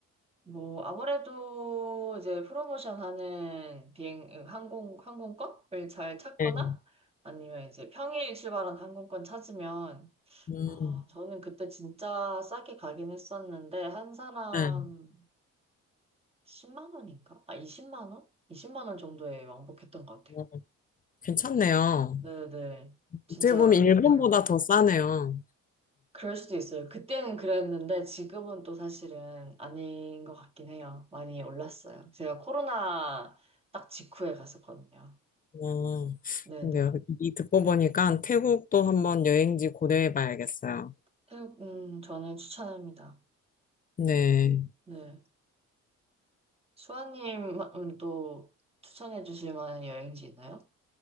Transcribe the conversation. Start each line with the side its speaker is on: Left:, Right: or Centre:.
Right: 뭐 아무래도 이제 프로모션 하는 비행 항공 항공권을 잘 찾거나
Left: 네.
Right: 아니면 이제 평일 출발한 항공권 찾으면
Left: 음,
Right: 아, 저는 그때 진짜 싸게 가긴 했었는데 한 사람
Left: 네.
Right: 10만 원인가? 아, 이십만 원? 20만 원 정도에 왕복했던 것 같아요.
Left: 어, 괜찮네요.
Right: 네네. 진짜
Left: 어떻게 보면 일본보다
Right: 갈만해.
Left: 더 싸네요.
Right: 그럴 수도 있어요. 그때는 그랬는데 지금은 또 사실은 아닌 것 같긴 해요. 많이 올랐어요. 제가 코로나 딱 직후에 갔었거든요.
Left: 어,
Right: 네네.
Left: 그러게요. 이 듣고 보니까 태국도 한번 여행지 고려해 봐야겠어요.
Right: 태국, 음, 저는 추천합니다.
Left: 네.
Right: 네. 수아님은 또 추천해 주실 만한 여행지 있나요?